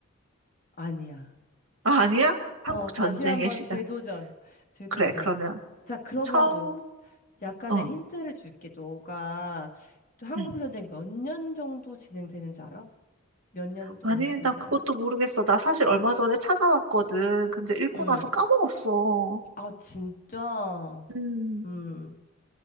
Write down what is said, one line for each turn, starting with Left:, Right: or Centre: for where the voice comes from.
Left: 아니야.
Right: 아, 아니야? 한국
Left: 어, 다시
Right: 전쟁의
Left: 한번
Right: 시작.
Left: 재도전. 재도전.
Right: 그래, 그러면.
Left: 자, 그러면
Right: 청,
Left: 너 약간의
Right: 응,
Left: 힌트를 줄게. 너가 한국
Right: 응.
Left: 전쟁 몇 년 정도 진행되는지 알아? 몇 년 동안
Right: 아니,
Left: 했는지
Right: 나 그것도
Left: 알아?
Right: 모르겠어. 나 사실 얼마 전에 찾아왔거든. 근데 읽고
Left: 응,
Right: 나서 까먹었어.
Left: 아, 진짜?
Right: 음,
Left: 음,